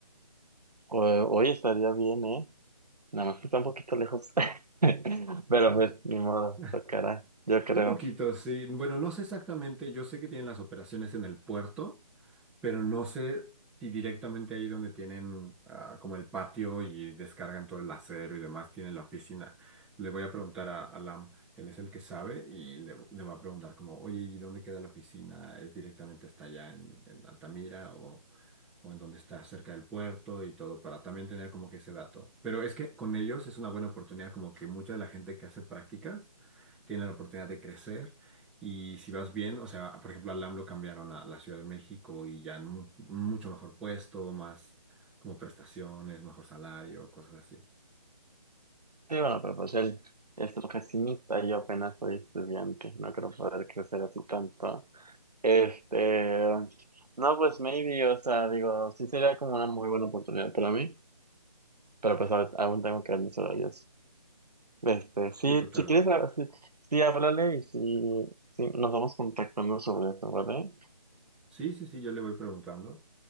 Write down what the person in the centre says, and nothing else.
<laughs>
Un poquito, sí. Bueno, no sé exactamente. Yo sé que tienen las operaciones en el puerto. pero no sé si directamente ahí donde tienen ah, como el patio y descargan todo el acero y demás, tienen la oficina. Le voy a preguntar a, a Lam, él es el que sabe y le, le va a preguntar como, oye, ¿y dónde queda la oficina? ¿Es directamente hasta allá en, en Altamira o, o en donde está cerca del puerto y todo para también tener como que ese dato? Pero es que con ellos es una buena oportunidad, como que mucha de la gente que hace prácticas tiene la oportunidad de crecer y si vas bien, o sea, por ejemplo, al LAM lo cambiaron a la Ciudad de México y ya en mu- un mucho mejor puesto, más como prestaciones, mejor salario, cosas así.
Sí, totalmente.
Sí, sí, sí, yo le voy preguntando